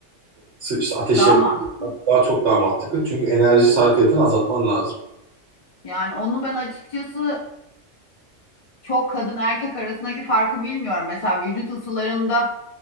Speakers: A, on the right; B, on the left.
A: sı- işte ateş
B: Daha
A: yakmak
B: mantıklı.
A: daha çok daha mantıklı. Çünkü enerji sarfiyatını azaltman lazım.
B: Yani onu ben açıkçası çok kadın erkek arasındaki farkı bilmiyorum. Mesela vücut ısılarında